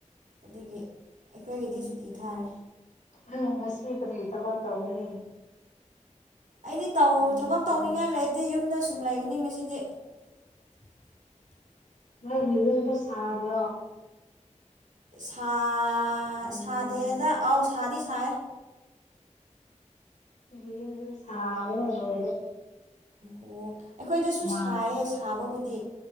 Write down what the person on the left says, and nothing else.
ꯍꯪ ꯉꯁꯤ ꯀꯔꯤ ꯊꯕꯛ ꯇꯧꯒꯅꯤ
ꯅꯣꯏꯒꯤ ꯌꯨꯝꯖꯨ ꯁꯥꯕ꯭ꯔꯣ
ꯑꯈꯣꯏꯒꯤ ꯌꯨꯝꯖꯨ ꯁꯥꯕꯅ ꯂꯣꯏꯔꯦ
ꯍꯨꯃꯥꯡ